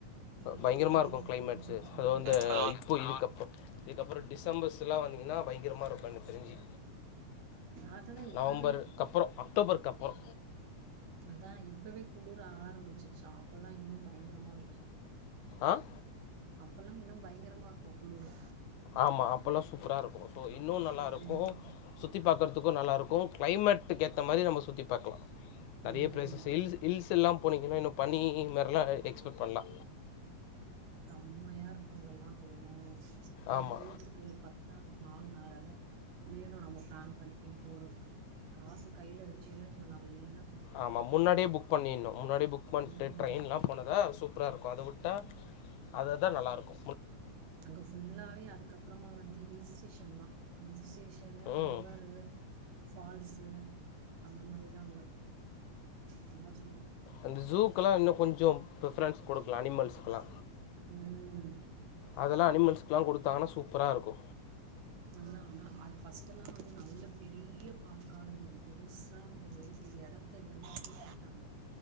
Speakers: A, on the right (about 75°); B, on the left (about 85°).
A: வெயில்
B: பயங்கரமா
A: எல்லாம்
B: இருக்கு
A: இருக்கவே
B: கிளைமேட்ஸ்
A: முடியல செம்ம
B: அது வந்து
A: வெயில் ஹலோ
B: இப்போ இதுக்கப்பற இதுக்கப்புறோ டிசம்பர்ஸல்லா வந்தீங்கன்னா பயங்கரமா இருக்கு எனக்கு தெரிஞ்சு
A: அதுதா <unintelligible>
B: நவம்பருக்கு
A: இப்பவே
B: அப்புறோ அக்டோபருக்கு அப்புறோ
A: அதான் இப்பவே குளர ஆரம்பிச்சுச்சு அப்பல்லா இன்னு பயங்கரமா இருக்கு
B: ஆ
A: அப்பல்லா இன்னு பயங்கரமா இருக்கும் குளுரு
B: ஆமா அப்பல்லா சூப்பரா இருக்கு சோ இன்னு நல்லா
A: ம்
B: இருக்கு சுத்தி பாக் க்கும் நல்லா இருக்கு கிளைமேட்க்கு ஏத்த மாரி நம்ம சுத்தி பார்க்கலா நெறைய
A: ம்
B: பிளேசஸ் ஹில்ஸ் ஹில்ஸ் எல்லாம் போனீங்கன்னா இன்னு பனி மாரில்லா எக்ஸ்பெக்ட் பண்ணலா
A: உம்மையா இருக்கு அங்கெல்லா தெரியுமா இப்ப
B: ஆமா
A: போரதுக்கு பத்தாது நாலு நாள் அத இப்பையு நம்ம பிளான் பண்ணி போறதுக்கு காசு கையில் வச்சிங்கனு வச்சுங்க நல்லா சுத்தி பார்க்கலாம்.
B: ஆமா முன்னாடியே புக் பண்ணிரணும் முன்னாடி புக் பண்ணிட்டு
A: ம்.
B: ட்ரெயின்லா போனாதா சூப் புரா இருக்கும் அத வுட் உட்டா அதத் தா நல்லா இருக்கு
A: அங்க ஃபுல்லாவே அதுக்கப்பறமா வந்து ஹில்ஸ்டே ஷம்மா இந்த ஸ்டேஷல
B: ம்
A: லிவர்ரு ஃபால்ஸு அந்த மாதிரி தா அவங்க நல்லா சூப்
B: அந்த ஜூக்கெல்லா இன்னு கொஞ்சோம் ப்ரிஃபரன்ஸ் குடுக்கலா அனிமல்ஸ்க்குல்லா
A: உஹம்
B: அதெல்லா அனிமல்ஸ்க்கெல்லா குடுத்தாங்கன்னா சூப்பரா இருக்கு
A: நல்லா ஆனா அது ஃபர்ஸ்ட்டு எல்லா வந்து நல்ல பெரிய பார்க்கா இருந்தது பெருசா இருந்தது இப்ப எடத்த எல்லாமே <unintelligible> டிட்டாங்க